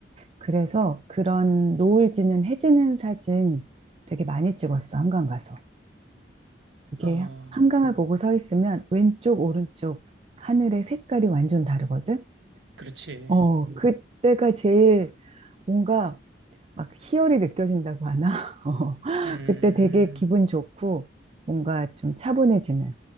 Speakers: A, on the right; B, on the right.
A: 그래서 그런 노을 지는 해 지는 사진 되게 많이 찍었어, 한강 가서. 그게
B: 아,
A: 한강을 보고 서 있으면 왼쪽, 오른쪽 하늘의 색깔이 완전 다르거든?
B: 그렇지.
A: 어, 그때가 제일 뭔가 막 희열이 느껴진다고 하나? <laughs> 어,
B: 음,
A: 그때 되게 기분 좋고 뭔가 좀 차분해지는.